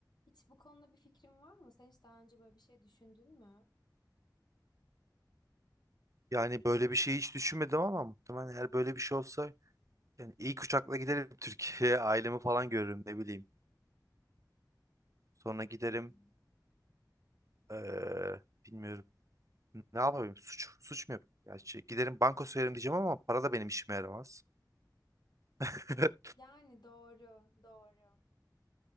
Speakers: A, on the left; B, on the right.
A: Hiç bu konuda bir fikrin var mı? Sen hiç daha önce böyle bir şey düşündün mü?
B: Yani böyle bir şey hiç düşünmedim ama muhtemelen eğer böyle bir şey olsa yani ilk uçakla giderim <laughs> Türkiye'ye ailemi falan görürüm ne bileyim. Sonra giderim
A: Hmm.
B: eee, bilmiyorum ne yapayım suç suç mu yapayım? Ya şey, giderim banka soyarım diyeceğim ama para da benim işime yaramaz. <laughs>
A: Yani doğru, doğru.